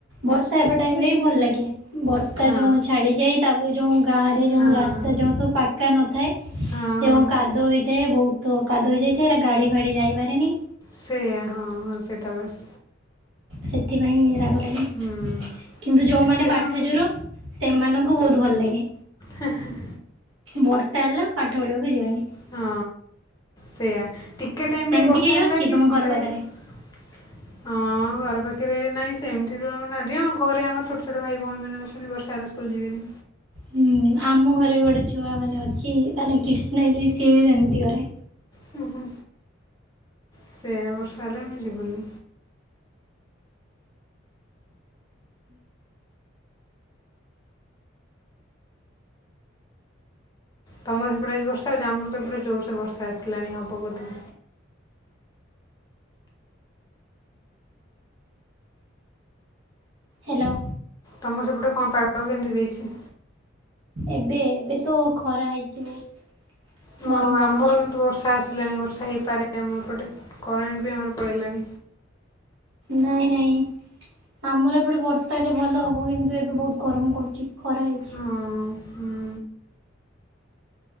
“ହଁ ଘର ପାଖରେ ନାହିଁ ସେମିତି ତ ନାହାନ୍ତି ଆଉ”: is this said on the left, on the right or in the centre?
Left